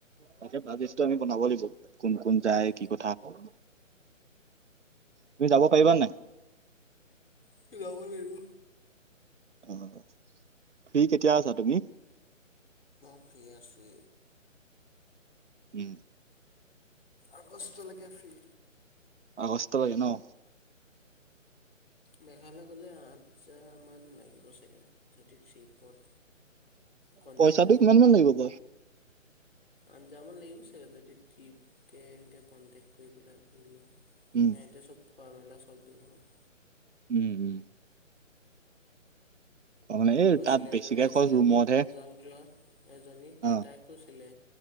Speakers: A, on the right; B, on the left.
A: তাকে বাজিছটো আমি বনাব লাগিব কোন কোন যায়
B: অঁ
A: কি কথা আকৌ তুমি যাব পাৰিবা নাই
B: যাব লাগাৰিব
A: অ হব ফি কেতিয়া আছা তুমি
B: ফ্ৰ্ৰী আছো
A: উম
B: আগষ্টলৈকে ফ্ৰী
A: আগস্ত লেকে নহ
B: মেঘালয়ৰ গ'লে আন চয়মাহমান লাগিব চাগে যদি ট্ৰিপত কণ্টেক্ট
A: পইচাটো কিমান মান লাগিব
B: আঠজা মান লাগিব। চিয়ৰ যদি টিপ তে এনেকে কণ্টেকট কৰি পেলাই কৰিলো।
A: উম
B: হ এতিয়া চব খোৱা মেলা <unintelligible>
A: উম উম মানে এই
B: কৈছিলে
A: তাত বেছিকে
B: এজনী আছিলে
A: খৰচ ৰুমতহে
B: আমি তুমজং যোৱা- এজনী সী
A: অ
B: তাকে কৈছিলে